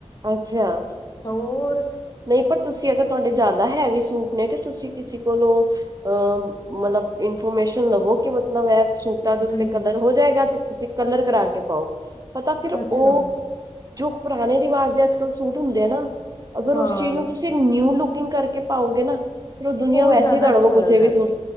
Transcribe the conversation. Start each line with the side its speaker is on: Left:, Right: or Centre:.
Right: ਅੱਛਾ
Left: ਹੋਰ।
Right: ਨਹੀਂ ਪਰ ਤੁਸੀਂ ਅਗਰ ਤੁਹਾਡੇ ਜ਼ਿਆਦਾ ਹੈਵੀ ਸੂਟ ਨੇ ਤੇ ਤੁਸੀਂ ਕਿਸੇ ਕੋਲੋਂ, ਅਹ ਮਤਲਬ ਇਨਫੋਰਮੇਸ਼ਨ ਲਵੋ ਕਿ ਮਤਲਬ ਇਹ ਸੂਟਾਂ
Left: ਹਮ
Right: ਦੇ ਉੱਤੇ ਕਲਰ ਹੋ ਜਾਏਗਾ ਤੇ ਤੁਸੀਂ ਕਲਰ ਕਰਾ ਕੇ ਪਾਓ। ਪਤਾ ਫਿਰ
Left: ਅੱਛਾ
Right: ਓ, ਜੋ ਪੁਰਾਣੇ ਰਿਵਾਜ਼ ਦੇ ਅੱਜ -ਕੱਲ੍ਹ ਸੂਟ ਹੁੰਦੇ ਆ ਨਾ ਅਗਰ
Left: ਹਾਂ
Right: ਉਸ ਚੀਜ਼ ਤੁਸੀਂ ਨਿਊ ਲੋਕਿੰਗ ਕਰਕੇ ਪਾਓਗੇ ਨਾ ਫਿਰ ਉਹ ਦੁਨੀਆਂ ਵੈਸੇ
Left: ਜ਼ਿਆਦਾ
Right: ਹੀ ਤਾਡੇ
Left: ਅੱਛਾ
Right: ਕੋਲ ਪੁੱਛੇਗੀ
Left: ਲੱਗਦਾ
Right: ਸੂਟ,